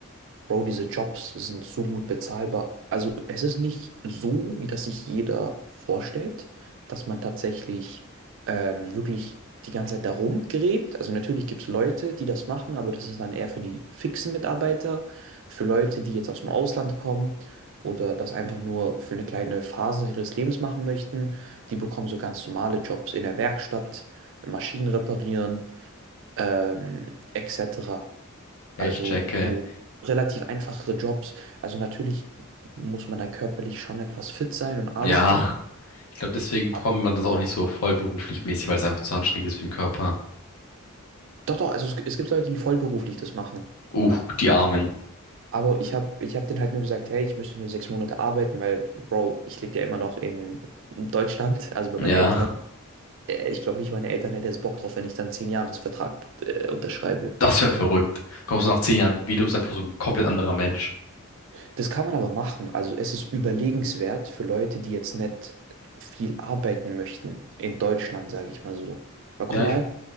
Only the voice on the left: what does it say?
Ja,
ich checke.
Ja,
ich glaube, deswegen bekommt
man das auch nicht so vollberuflich mäßig, weil es einfach zu anstrengend ist für den Körper.
Uh, die Armen.
Ja,
das wäre verrückt. Kommst du nach zehn Jahren wieder, bist einfach so ein komplett anderer Mensch.
Ja,
ich,